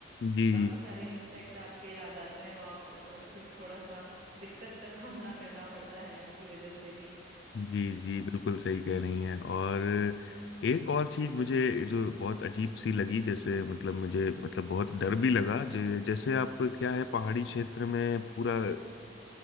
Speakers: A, on the right; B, on the left.
A: कि
B: जी
A: काफी सारे इंसेक्ट आपके आ जाते हैं वहां पे और फिर थोड़ा सा दिक्कत का सामना करना पड़ता है उनकी वजह से भी
B: जी जी
A: जी
B: बिल्कुल सही कह रही हैं और एक और चीज मुझे जो बहुत अजीब सी लगी जैसे मतलब मुझे मतलब बहुत डर भी लगा जे- जैसे आप क्या है पहाड़ी क्षेत्र में पूरा